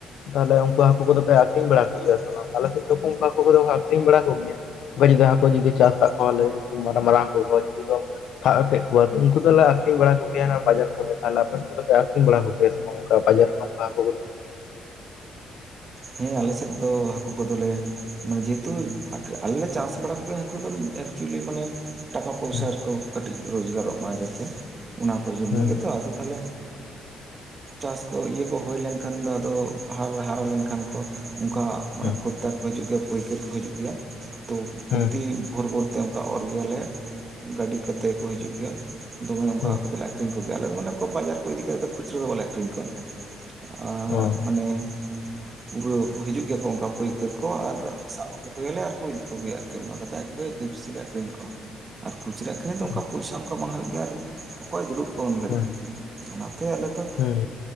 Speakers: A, on the left; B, on the right.
A: ᱛᱟᱦᱚᱞᱮ ᱩᱱᱠᱩ ᱦᱟᱹᱠᱩ ᱠᱚᱫᱚᱯᱮ ᱟᱠᱷᱨᱤᱧ ᱵᱟᱲᱟ ᱠᱚᱜᱮᱭᱟ ᱥᱮ ᱵᱟᱝ? ᱟᱞᱮᱥᱮᱫ ᱫᱚ ᱩᱱᱠᱩ ᱦᱟᱹᱠᱩ ᱠᱚᱫᱚ ᱠᱚ ᱟᱠᱷᱨᱤᱧ ᱵᱟᱲᱟ ᱠᱚᱜᱮᱭᱟ᱾ ᱵᱟ ᱡᱩᱫᱤ ᱦᱟᱹᱠᱳ ᱡᱩᱫᱤ ᱪᱟᱥ ᱠᱟᱜ ᱠᱚᱣᱟᱞᱮ, ᱢᱟᱨᱟ ᱢᱟᱨᱟᱝ ᱦᱟᱹᱠᱳ ᱠᱚ ᱡᱩᱫᱤ ᱠᱚ ᱥᱟᱵ ᱠᱮᱜ ᱠᱚᱣᱟ ᱩᱱᱠᱩ ᱫᱚᱞᱮ ᱟᱠ ᱟᱠᱷᱨᱤᱧ ᱵᱟᱲᱟ ᱠᱚᱜᱮᱭᱟ ᱱᱟ ᱵᱟᱡᱟᱨ ᱠᱚᱨᱮ, ᱟᱨ ᱟᱯᱮ ᱥᱮᱜ ᱠᱚᱫᱚᱯᱮ ᱟᱹᱠᱷᱨᱤᱧ ᱵᱟᱲᱟ ᱠᱚᱜᱮᱭᱟ ᱥᱮ ᱵᱟᱝ ᱚᱱᱠᱟ ᱵᱟᱡᱟᱨ ᱠᱷᱚᱱ ᱦᱟᱹᱠᱳ ᱠᱚ?
B: ᱦᱮᱸ ᱟᱞᱮᱥᱮᱫ ᱫᱚ ᱦᱟᱹᱠᱩ ᱠᱚᱫᱚᱞᱮ ᱢᱟᱱᱮ ᱡᱮᱦᱮᱛᱩ ᱟᱠᱷ ᱟᱞᱮ ᱞᱮ ᱪᱟᱥ ᱵᱟᱲᱟ ᱢᱟᱱᱮ ᱦᱟᱹᱠᱩ ᱫᱚ ᱮᱠᱪᱩᱭᱮᱞᱤ ᱢᱟᱱᱮ ᱴᱟᱠᱟ ᱯᱚᱭᱥᱟ
A: ᱦᱩᱸ
B: ᱨᱮᱠᱚ ᱠᱟᱹᱴᱤᱡ ᱨᱳᱡᱽᱜᱟᱨᱚᱜ ᱢᱟ ᱡᱟᱛᱮ ᱚᱱᱟ ᱠᱚ ᱡᱚᱱᱱᱚ
A: ᱦᱩᱸ
B: ᱜᱮᱛᱚ ᱟᱫᱚ ᱛᱟᱦᱚᱞᱮ ᱪᱟᱥ ᱠᱚ ᱤᱭᱟᱹ ᱠᱚ ᱦᱳᱭᱞᱮᱱᱠᱷᱟᱱ ᱫᱚ ᱟᱫᱚ ᱦᱟᱨ ᱦᱟᱨᱟ ᱞᱮᱱᱠᱷᱟᱱ ᱠᱷᱟᱱ ᱠᱚ, ᱚᱱᱠᱟ
A: ᱦᱩᱸ
B: ᱢᱟᱱᱮ ᱠᱷᱳᱫᱽᱫᱟᱨ ᱠᱚ ᱦᱤᱡᱩᱜ ᱜᱮᱭᱟ, ᱯᱟᱹᱭᱠᱟᱹᱨ ᱠᱚ ᱦᱤᱡᱩᱜ ᱜᱮᱭᱟ, ᱛᱚ ᱯᱨᱚᱛᱤ
A: ᱦᱩᱸ
B: ᱵᱷᱳᱨ ᱵᱷᱳᱨ ᱛᱮ ᱚᱝᱠᱟ ᱚᱨ ᱜᱮᱭᱟᱞᱮ, ᱜᱟᱹᱰᱤ ᱠᱟᱛᱮ ᱠᱚ ᱦᱤᱡᱩᱜ ᱜᱮᱭᱟ, ᱫᱚᱢᱮ ᱚᱱᱠᱟ
A: ᱦᱩᱸ
B: ᱠᱟᱛᱮ ᱞᱮ ᱟᱹᱠᱷᱨᱤᱧ ᱠᱚᱜᱮᱭᱟᱞᱮ, ᱟᱞᱮᱫᱚ ᱢᱟᱱᱮ ᱠᱚ ᱵᱟᱡᱟᱨ ᱠᱚ ᱤᱫᱤ ᱠᱟᱛᱮᱜ ᱠᱷᱩᱪᱨᱟᱹ ᱫᱚ ᱵᱟᱞᱮ ᱟᱹᱠᱷᱨᱤᱧ ᱠᱚᱣᱟ, ᱟᱜ
A: ᱦᱩᱸ
B: ᱢᱟᱱᱮ ᱯᱩᱨᱟᱹ ᱦᱤᱡᱩᱜ ᱜᱮᱭᱟᱠᱚ ᱚᱱᱠᱟ ᱯᱟᱹᱭᱠᱟᱹᱨ ᱠᱚ ᱟᱨ ᱥᱟᱵ ᱟᱠᱚ ᱜᱮᱭᱟᱞᱮ ᱟᱨᱠᱚ ᱤᱫᱤ ᱠᱚᱜᱮᱭᱟ ᱟᱨᱠᱤ ᱚᱱᱠᱟ ᱠᱟᱛᱮᱫ ᱟᱡ ᱜᱮ ᱵᱮᱵᱥᱤ ᱟᱹᱠᱷᱨᱤᱧ ᱠᱚ ᱟᱨ ᱠᱷᱩᱪᱟᱹ ᱟᱹᱠᱷᱨᱤᱧ ᱫᱚ
A: ᱦᱩᱸ
B: ᱚᱱᱠᱟ ᱯᱚᱭᱥᱟ ᱚᱱᱠᱟ ᱵᱟᱝ ᱦᱩᱭᱩᱜ ᱜᱮᱭᱟ ᱟᱨ ᱚᱠᱚᱭ ᱫᱩᱲᱩᱵ ᱠᱚᱜ-ᱟ ᱩᱱ ᱜᱷᱟᱹᱲᱤᱡ,
A: ᱦᱩᱸ
B: ᱚᱱᱟᱛᱮ ᱟᱞᱮ ᱫᱚ
A: ᱦᱩᱸ